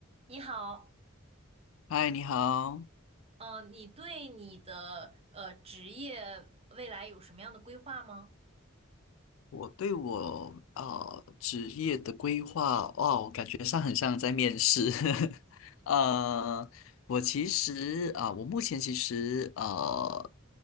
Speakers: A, on the right; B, on the left.
A: 你好，
B: 嗨，你好。
A: 呃，你对你的呃职业未来有什么样的规划吗？
B: 我对我啊职业的规划，哦，感觉上很像在面试。<laughs> 呃，我其实啊、我目前其实呃